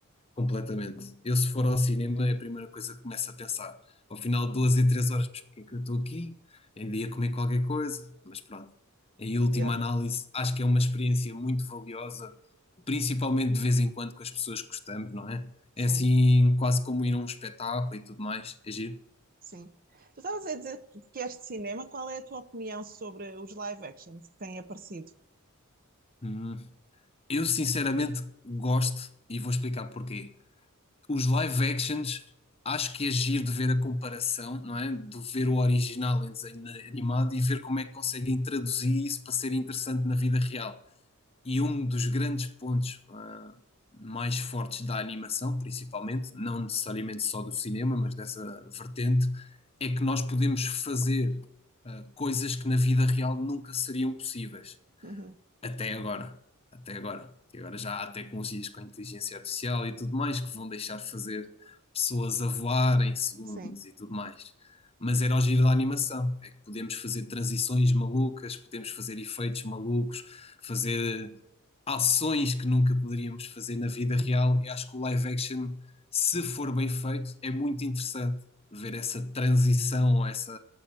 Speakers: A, on the left (about 25°); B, on the right (about 40°).
A: completamente. Eu, se for ao cinema, é a primeira coisa que começo a pensar. Ao final de duas e três horas, mas porquê que eu estou aqui? Ainda ia comer qualquer coisa, mas pronto. Em última
B: É,
A: análise, acho que é uma experiência muito valiosa, principalmente de vez em quando com as pessoas que gostamos, não é?
B: sim,
A: É assim, quase como ir a um espetáculo e tudo mais. É giro.
B: sim. Tu estavas a dizer que és de cinema, qual é a tua opinião sobre os live actions que têm aparecido?
A: Hum. Eu, sinceramente, gosto e vou explicar porquê. os live actions, acho que é giro de ver a comparação, não é? De ver o original em desenho animado e ver como é que conseguem traduzir isso para ser interessante na vida real. E um dos grandes pontos, ah, mais fortes da animação, principalmente, não necessariamente só do cinema, mas dessa vertente, é que nós podemos fazer, ah, coisas que na vida real nunca seriam possíveis.
B: Uhum,
A: Até agora, até agora. E agora já há tecnologias com inteligência artificial e tudo mais que vão deixar fazer pessoas a voar em segundos
B: Sim,
A: e tudo mais. Mas era o giro da animação, é que podemos fazer transições malucas, podemos fazer efeitos malucos, fazer ações que nunca poderíamos fazer na vida real. E acho que o live action, se for bem feito, é muito interessante ver essa transição, essa,